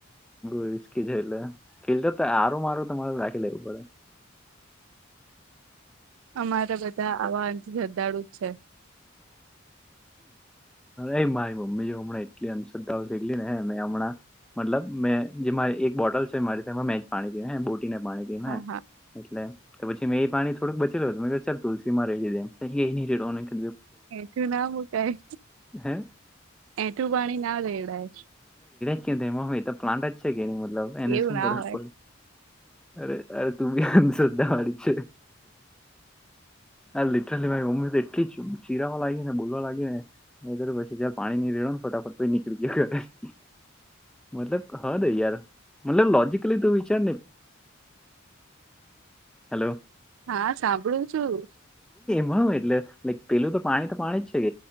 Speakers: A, in the centre; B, on the right.
A: રિસ્કી છે એટલે ફિલ્ડર તો આરો મારો તમારે રાખી લેવું પડે <inaudible>
B: અમારા બધા આવા જદાળુ છે
A: એ મારી મમ્મી જો હમણાં એટલી અન તો ને મે હમણાં મતલબ મેં જે મારે બોટલ છે મારી તેમાં મેં જ પાણી પીય હે બોટીને પાણી પીય
B: હા
A: હે
B: હા
A: એટલે તો પછી મે એ પાણી થોડુંકબચ્યું હતું મે કે ચાલ તુલસી માં
B: એઠું ના મુકાય
A: હે
B: એઠું પાણી ના રેળાય
A: કે તેમાં હુ એ તો પ્લાન્ટ જ છે કે ની મતલબ એને
B: એવું
A: શું ફરક
B: ના હોય
A: પડે. અરે, અરે તું બી આંધશ્ર્ધા વાળી છે. આ લીટરલી મારી મમ્મી તો ચીરાવા લાગી ને બોલવા લાગી ને એ કરર પછી ચાલ પાણીની રેડો ને ફટાફટ પી નીકળી ગાય ઘ મતલબ હ દે યાર મતલબ લોજકલી તું વિચારને હેલો
B: હા સાંભળું છું.
A: હ એટલે પેલું તો પાણી તો પાણી જ